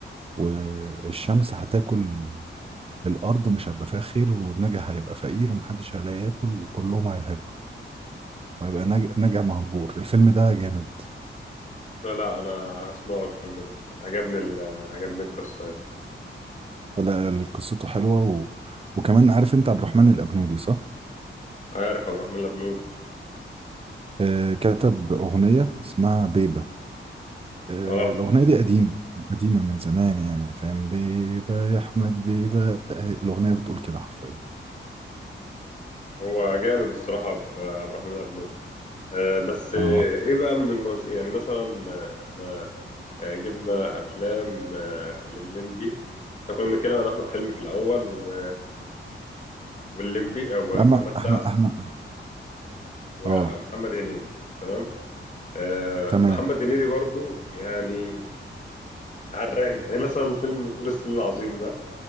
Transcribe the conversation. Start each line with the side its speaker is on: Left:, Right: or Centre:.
Right: والشمس هتاكل الأرض مش هيبقى فيها خير والنجع هيبقى فقير ومحدش هيلاقي ياكل وكلهم هيهاجروا وهيبقى نج- نجع مهجور الفيلم ده جامد
Left: لا لا انا هسمعه الفيلم ده عجبني ال... عجبني القصه يعني
Right: لا قصته حلوة و... وكمان عارف أنت عبد الرحمن الأبنودي صح؟
Left: عارف عبد الرحمن الابنود
Right: آه، كتب أغنية اسمها بيبة آه،
Left: اه
Right: الأغنية دي قديمة قديمة من زمان يعني فاهم بيبا يا أحمد بيبا آه، الأغنية بتقول كده حرفيا
Left: هو جامد الصراحه عبد عبد الرحمن الابنود آه بس آه
Right: اه
Left: ايه بقى من الموز... يعني مثلا آه، احنا آه، جبنا افلام آه، للليمبي احنا كنا بنتكلم عن احمد حلمي في الاول و... والليمبي او
Right: يا عم
Left: محمد سعد
Right: احنا احنا
Left: ومحمد
Right: اه
Left: هنيدي تمام آه،
Right: تمام
Left: محمد هنيدي برضو يعني على الرايق يعني مثلا فيلم فول الصين العظيم ده